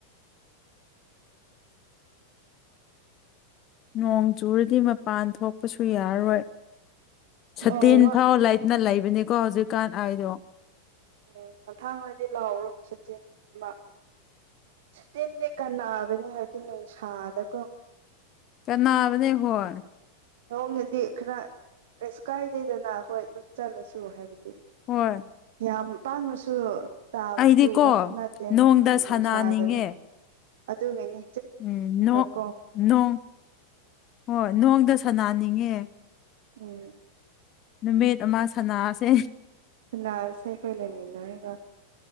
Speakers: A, on the left; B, on the right.
A: ꯅꯣꯡ ꯆꯨꯔꯗꯤ ꯃꯄꯥꯟ ꯊꯣꯛꯄꯁꯨ ꯌꯥꯔꯔꯣꯏ ꯁꯇꯤꯟ
B: ꯑꯧ ꯋꯥ
A: ꯐꯥꯎ ꯂꯩ ꯅ ꯂꯩꯕꯅꯤꯀꯣ ꯍꯧꯖꯤꯛꯀꯥꯟ ꯑꯥꯏꯗꯣ
B: ꯎꯝ ꯃꯊꯥꯡꯗꯗꯤ ꯂꯥꯎꯔꯣ ꯁꯥꯇꯤꯟ ꯑꯃ ꯁꯇꯤꯟꯗꯤ ꯀꯅꯥꯕꯅꯦ ꯍꯥꯏꯕꯗꯤ ꯅꯨꯡꯁꯥꯗꯀꯣ
A: ꯀꯥꯟꯅꯥꯕꯅꯦ ꯍꯣꯢ
B: ꯅꯣꯡꯒꯤꯗꯤ ꯈꯔ ꯀꯩꯁꯨ ꯀꯥꯏꯗꯦꯗꯅ ꯑꯩꯈꯣꯏ ꯑꯗꯨꯝ ꯆꯠꯂꯁꯨ ꯍꯥꯏꯕꯗꯤ
A: ꯍꯣꯏ
B: ꯌꯥꯝ ꯄꯥꯡꯅꯁꯨ ꯇꯥꯕ
A: ꯑꯩꯗꯤꯀꯣ
B: ꯆꯨꯕꯁꯨ ꯅꯠꯇꯦ
A: ꯅꯣꯡꯗ
B: ꯎꯝ ꯅꯨꯡꯁꯥꯗꯅꯦ
A: ꯁꯥꯟꯅꯅꯤꯡꯉꯦ
B: ꯑꯗꯨꯒꯤꯅꯤ
A: ꯎꯝ ꯅꯣꯡ
B: ꯀꯣ
A: ꯅꯣꯡ ꯍꯣꯏ ꯅꯣꯡꯗ ꯁꯅꯥꯅꯤꯡꯉꯦ
B: ꯎꯝ
A: ꯅꯨꯃꯤꯠ ꯑꯃ ꯁꯅꯥꯁꯦ
B: ꯁꯅꯥꯁꯦ ꯈꯣꯏ ꯂꯩꯃꯤꯟꯅꯔꯒ